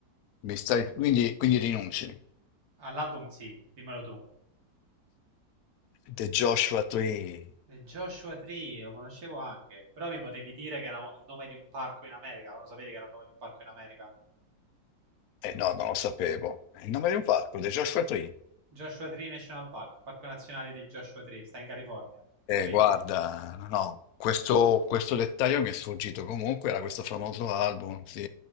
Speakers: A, on the left; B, on the right.
A: Mi stai... Quindi, quindi rinunci.
B: All'album sì, dimmelo tu.
A: The Joshua Tree.
B: Eh, Joshua Tree lo conoscevo anche, però mi potevi dire che era il nome di un parco in America, ma lo sapevi che era il nome di un parco in America?
A: Eh no, non lo sapevo. È il nome di un parco, The Joshua Tree.
B: Joshua Tree National Park, parco nazionale di Joshua Tree, sta in California,
A: Eh,
B: vedi?
A: guarda, no, no, questo, questo dettaglio mi è sfuggito. Comunque era questo famoso album, sì,